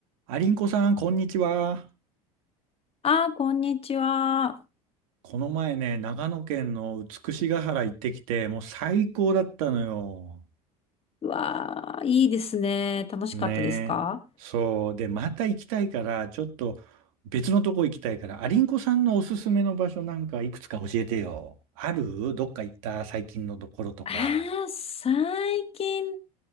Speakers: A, on the right (about 75°); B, on the left (about 35°).
A: アリンコさん、こんにちは。
B: ああ、こんにちは。
A: この前ね、長野県の美しが原行ってきて、もう最高だったのよ。
B: うわあ、いいですね。楽しかったですか
A: ねえ。そう。で、また行きたいから、ちょっと別のとこ行きたいから、アリンコさんのおすすめの場所なんかいくつか教えてよ。あるどっか行った最近のところとか。
B: ああー、最近、